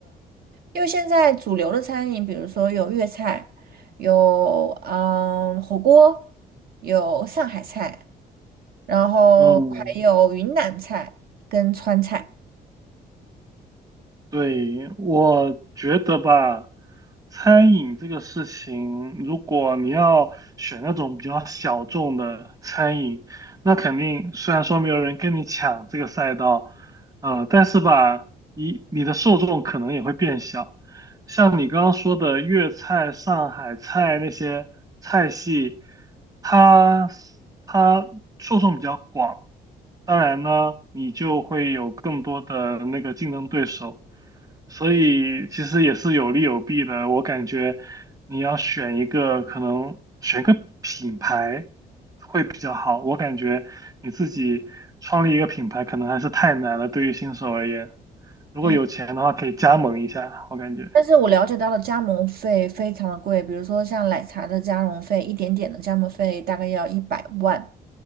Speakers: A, on the right (about 65°); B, on the right (about 20°).
A: 因为现在主流的餐饮，比如说有粤菜，有嗯火锅，有上海菜，然后还有云南菜跟川菜。
B: 嗯，对，我觉得吧，餐饮这个事情，如果你要选那种比较小众的餐饮，那肯定虽然说没有人跟你抢这个赛道，呃，但是吧，你你的受众可能也会变小。像你刚刚说的粤菜、上海菜那些菜系，它它受众比较广，当然呢，你就会有更多的那个竞争对手，所以其实也是有利有弊的。我感觉你要选一个，可能选一个品牌会比较好。我感觉你自己创立一个品牌可能还是太难了，对于新手而言。如果有钱的话，
A: 嗯，
B: 可以加盟一下，我感觉。
A: 但是我了解到的加盟费非常的贵，比如说像奶茶的加盟费，一点点的加盟费大概要一百万。